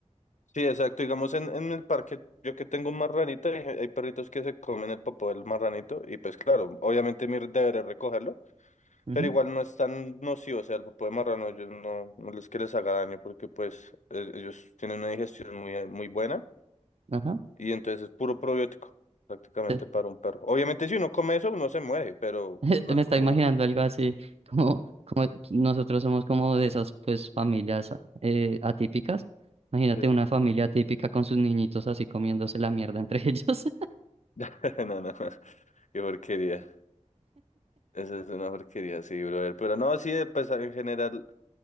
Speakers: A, on the left; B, on the right.
A: Sí, exacto. Digamos, en, en el parque, yo que tengo un marranito, hay, hay perritos que se comen el popo del marranito, y pues claro, obviamente mi deber es recogerlo
B: Ujú,
A: Pero igual no es tan nocivo, o sea, el popó de marrano ellos no, no les que les haga daño porque pues e- ellos tienen una digestión muy, eh, muy buena
B: Ajá.
A: y entonces es puro probiótico prácticamente
B: Te-
A: para un perro. Obviamente si uno come eso uno se muere, pero
B: <laughs>
A: no,
B: Me está
A: uf,
B: imaginando algo así, <laughs> como, como nosotros somos como de esas pues familias eh, atípicas. Imagínate
A: sí,
B: una familia atípica con sus niñitos así comiéndose la mierda entre <laughs> ellos.
A: <laughs> no, no, <laughs> qué porquería. Eso es una porquería, sí, brother. Pero no, sí, pues en general